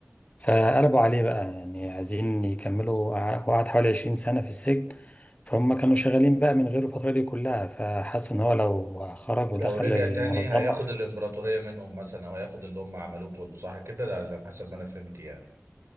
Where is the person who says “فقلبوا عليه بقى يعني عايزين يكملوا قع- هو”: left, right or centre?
Left